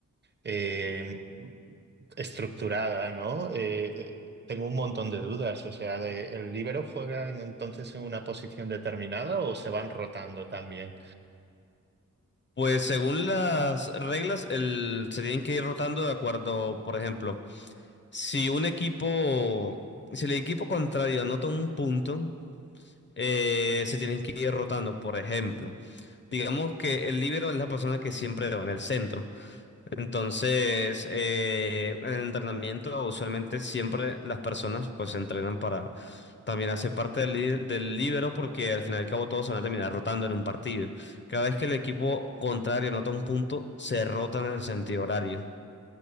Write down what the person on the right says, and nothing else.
eh, estructurada, ¿no? Eh, eh, tengo un montón de dudas, o sea, de, ¿el líbero juega en- entonces en una posición determinada o se van rotando también?